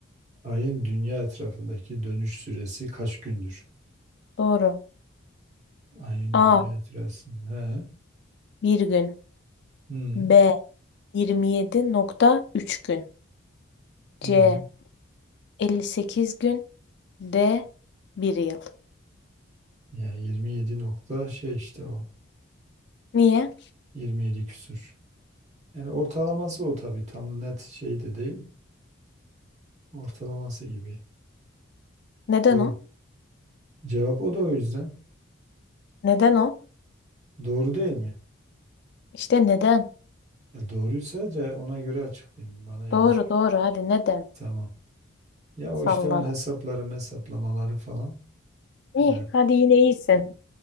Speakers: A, on the right; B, on the left.
A: Ayın dünya etrafındaki dönüş süresi kaç gündür?
B: Doğru.
A: Ayın
B: A.
A: dünya itirazsın. He.
B: bir gün.
A: Hı.
B: B. 27.3 gün.
A: Hı.
B: C. 58 gün. D. bir yıl.
A: Yani 27 nokta şey işte o.
B: Niye?
A: 27 küsür. Yani ortalaması o tabii. Tam net şey de değil. Ortalaması gibi.
B: Neden
A: Doğru.
B: o?
A: Cevap o da o yüzden.
B: Neden o?
A: Doğru değil mi?
B: İşte neden?
A: Ya doğruysa ce- ona göre açıklayayım. Bana yanlış.
B: Doğru doğru hadi neden?
A: Tamam. Ya
B: Salladım.
A: o işte onun hesapları, hesaplamaları falan.
B: İyi
A: Ee,
B: hadi yine iyisin.